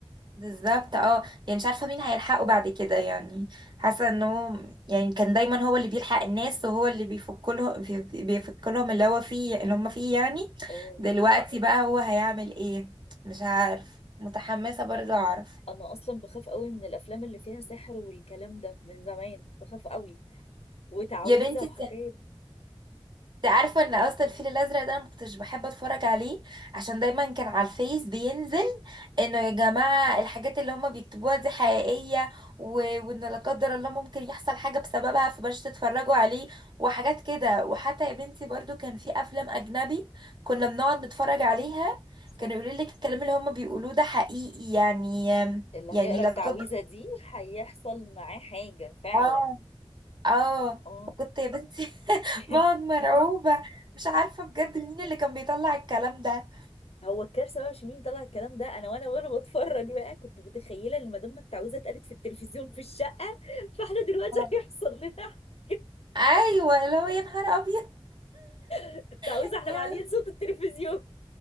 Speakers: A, on the right (about 45°); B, on the left (about 80°).
A: بالظبط اه يعني مش عارفة مين هيلحقه بعد كده يعني حاسة انه يعني كان دايما هو اللي بيلحق الناس وهو اللي بيفك لهم بيفك لهم اللي هو فيه اللي هم فيه يعني
B: اه
A: دلوقتي بقى هو هيعمل ايه مش عارف متحمسة برضه
B: لا
A: اعرف
B: انا اصلا بخاف قوي من الافلام اللي فيها سحر والكلام ده من زمان بخاف قوي وتعويذه
A: يا بنتي
B: وحاجات
A: انت عارفه ان اصلا الفيل الازرق ده انا مكنتش بحب اتفرج عليه عشان دايما كان على الفيس بينزل انه يا جماعه الحاجات اللي هما بيكتبوها دي حقيقيه و... وان لا قدر الله ممكن يحصل حاجه بسببها فبلاش تتفرجوا عليه وحاجات كده وحتى يا بنتي برضو كان في افلام اجنبي كنا بنقعد نتفرج عليها
B: صح
A: كانوا يقولوا لك الكلام اللي هما بيقولوه ده حقيقي يعني
B: اللي
A: يعني
B: هيقرا
A: لا
B: التعويذه
A: قدر
B: دي هيحصل معاه حاجه فعلا
A: اه اه
B: اه
A: كنت يا بنتي <laughs>
B: <laughs>
A: بقعد مرعوبة مش عارفة بجد مين اللي كان بيطلع الكلام ده
B: هو الكارثه بقى مش مين طلع الكلام ده انا وانا وانا بتفرج بقى كنت متخيله ان ما دام التعويذه اتقالت في التلفزيون في الشقه فاحنا دلوقتي
A: آه.
B: هيحصل لنا حاجة.
A: ايوه لو يا نهار ابيض
B: <laughs> التعويذه
A: يا
B: احنا
A: بنتي.
B: معليين صوت التلفزيون